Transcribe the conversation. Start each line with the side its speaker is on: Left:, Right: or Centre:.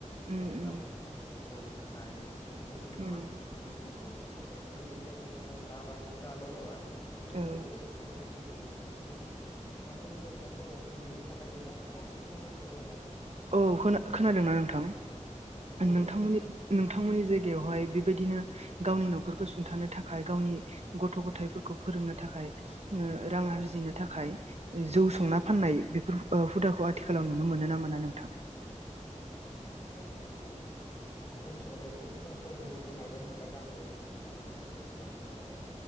Right: उम उम
Left: गावनि न'खरनि थाखाय बेफोरखौ जों गोबां
Right: उम
Left: नुनो मोनो जोंनि बर' समाजावहाय गोदो-गोदायनिफ्रायनो दा बा दाल' नङा बे गोदो
Right: औ
Left: गोदायनिफ्रायनो जों नुनो मोनखायो बेखौ मानो होनोब्ला जोङो उदैनि थाखाय गोबां खस्थ' मावनांगौ जायो आरो।
Right: औ खोना खोनादोंना नोंथां?
Left: उम औ नोंथां
Right: नोंथांमोननि नोंथांमोननि जायगायावहाय बेबायदिनो गावनि न'खरखौ सुंथानो थाखाय गावनि गथ' गथायाइफोरखौ फोरोंनो थाखाय ओ रां आरजिनो
Left: उम
Right: थाखाय जौ संना
Left: उम
Right: फाननाय बेफोर ओ हुदाखौ आथिखालाव नुनो मोनो ना मोना नों
Left: आथिखालाव जिनि ओनसो-ओनसोलावहाय एसे खमखौ नुनो मोनदों मानो होमब्ला गामियावबो जोंना जौ फाननायनि माबा गैया नालाय।